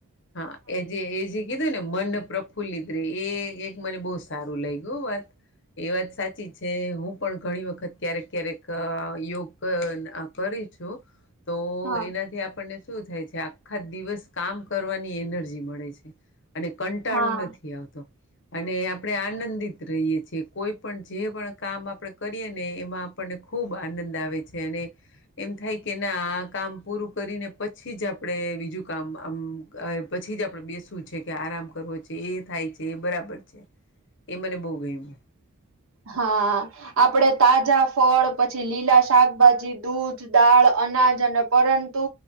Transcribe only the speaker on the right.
હા
હા
હા આપડે તાજા ફળ પછી લીલા શાકભાજી, દૂધ, દાળ, અનાજ અને પરંતુ